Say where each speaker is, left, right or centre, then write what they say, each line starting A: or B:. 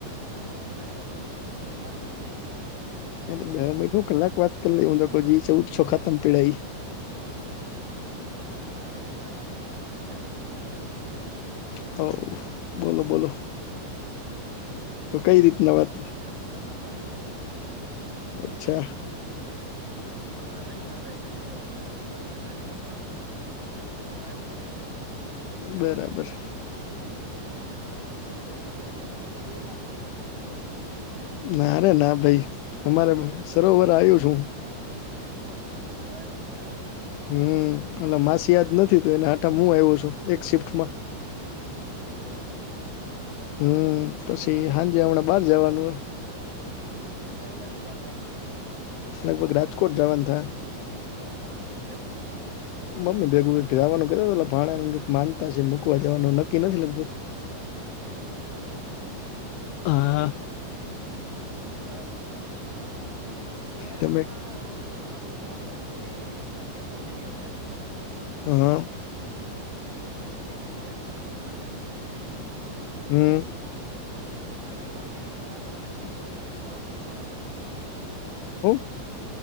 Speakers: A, on the right (about 30°); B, on the left (about 80°).
A: હવે કોલ કર્યો છે. તો દસ મિનિટ વાત કરી લઈ
B: એ દ મિ હુ કલાક વાત કરી લે હું ચૌ સોખાતમ પીડાાઈ
A: અચ્છા આવી રીતના વાત નથી, કરવાની ભાઈ બાકી કોલ કેન્સલ થઈ જાય.
B: હ બોલો બોલો તો
A: કઈ,
B: રીતના
A: નઈ બસ
B: વાત
A: જો ચ જતો હતો, હુ
B: અચ્છા
A: હમ, ટુર્નામેન્ટ ચાલે છે, સીઓ બી નું તો બસ એમાં જ થોડોક જતો હતોલ, આવ્યો તમારો
B: બરાબર
A: હમ, આજે સન્ડે છે. તો તમે ફ્રી લાગો બઉ જ
B: ના ર ના ભાઈ, અમારે સરોવર આવ્યું છુ.
A: અચ્છા
B: હમ, એટલે માસી યાદ નથી તું એને આ હું આવ્યો છુ, એક શિફ્ટમા
A: એવું છે, એમનુ
B: હમ, પછી હાજ, હમણાં બહાર જવાનું હો
A: કઈ બાજુ, બર જવાનુ
B: લગભગ રાજકોટ જવાનું થાય
A: કેમ
B: મમ્મી ભેગું એક દિ આવાનું કે તા તા ભાણા ને માનતા છે મુકવા જવાનું નકિ નથી લગભગ <unintelligible>
A: એવું છે
B: હા
A: સારું સારું વાંધો નહીં મે
B: તમે
A: હમણાં ઓલો રાહુલ ઓળું કેમ તોું એઈ એમને આગે તો લઈ હવે
B: હમ
A: હમ એક શિફ એક શિફ્ટ માટે
B: હમ
A: હ અને મોર્નિંગમાં સાત વાગે પોહોંચવાનું અહીં યા સાત થી ચાર
B: હમ